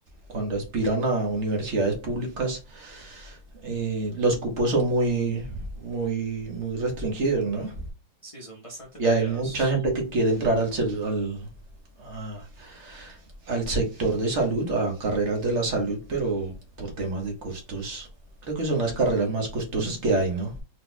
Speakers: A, on the right; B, on the left.
A: cuando aspiran a universidades públicas, eh, los cupos son muy, muy, muy restringidos, ¿no?
B: sí, son bastante
A: Y
B: peleados.
A: hay mucha gente que quiere entrar al, ser- al, a- al sector de salud, a carreras de la salud, pero por temas de costos. Creo que son las carreras más costosas que hay, ¿no?